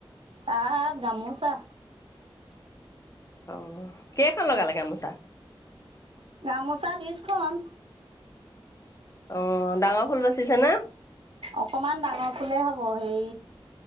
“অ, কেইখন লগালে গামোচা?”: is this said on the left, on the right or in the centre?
Left